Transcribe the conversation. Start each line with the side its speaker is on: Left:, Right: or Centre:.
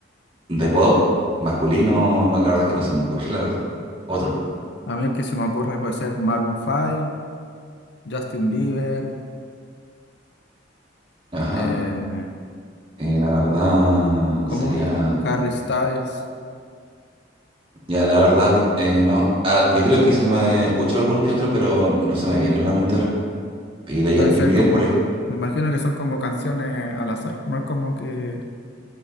Right: de pop masculino, no, la verdad que no se me ocurre, <laughs> la verdad. Otro.
Left: A mí el que se me ocurre puede ser Maroon 5, Justin Bieber,
Right: Ajá.
Left: eh,
Right: Eh, la verdad
Left: ¿cómo?
Right: sería.
Left: Eh, Harry Styles.
Right: Ya, la verdad, vi- eh, no. Ah, yo creo que se me escuchó alguno que otro, pero no se me viene a la mente ahora. Y de
Left: Deben
Right: Justin
Left: ser
Right: Bieber,
Left: como,
Right: por, ej-
Left: me imagino que son como canciones al azar, no es como que